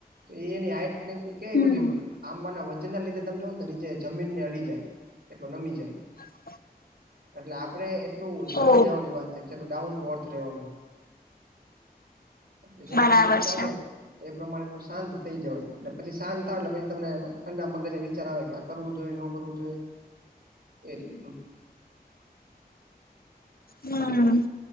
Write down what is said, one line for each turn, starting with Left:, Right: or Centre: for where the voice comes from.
Right: તો એની હાઈટ ને ક્યાંય
Left: હમ
Right: વધુ પણ આંબાના જેના લીધે તમે જોવ ને તો નીચે જમીનને અડી જાય એટલો નમી જાય
Left: હ
Right: એટલે આપડણે એટલું નમી
Left: ઓ
Right: જવાની વાત છે. જેલ ડાઉન ટુ અર્થ રેવાનું એટલે જેટલો
Left: બરાબર
Right: ગુસ્સો આવે
Left: છે
Right: તો એ પ્રમાણે એટલું શાંત થઈ જયને પછી શાંત થાય લે પછી તમને ઠંડા મગજે વિચાર આવે કે કરવું જોઈએ ન કરવું જોઈએ એ રીતનું
Left: હમ
Right: અને